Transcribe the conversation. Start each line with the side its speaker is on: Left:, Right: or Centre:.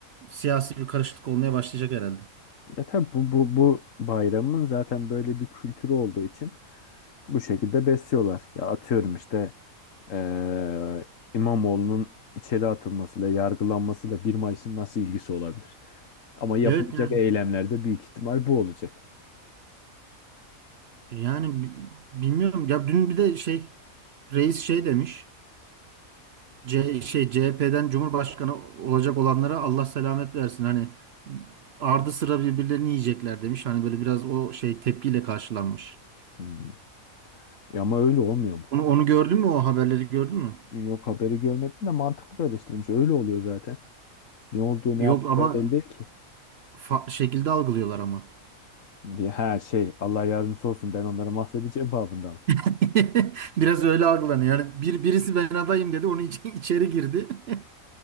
Right: siyasi bir karışıklık olmaya başlayacak herhalde.
Left: ya tabii bu, bu bu bayramın zaten böyle bir kültürü olduğu için bu şekilde besliyorlar. Ya atıyorum işte eee İmamoğlu'nun içeri atılmasıyla, yargılanmasıyla bir Mayıs'ın nasıl ilgisi olabilir? Ama yapılacak
Right: Evet yani
Left: eylemlerde büyük ihtimal bu olacak.
Right: yani bi- bilmiyorum ya dün bir de şey reis şey demiş. C şey CHP'den Cumhurbaşkanı olacak olanlara Allah selamet versin. Hani ardı sıra birbirlerini yiyecekler demiş. Hani böyle biraz o şey tepkiyle karşılanmış.
Left: Hmm. Ya ama öyle olmuyor mu?
Right: Onu onu gördün mü o haberleri gördün mü?
Left: Yok haberi görmedim de mantıklı bir eleştirmiş. Öyle oluyor zaten. Ne olduğu ne yaptıkları
Right: Yok ama
Left: belli değil ki.
Right: farklı şekilde algılıyorlar ama.
Left: Diye, ha şey Allah yardımcısı olsun ben onları mahvedeceğim babından.
Right: <laughs> Biraz öyle algılanıyor. Yani bir, birisi ben adayım dedi. Onun için <laughs> içeri girdi. <laughs>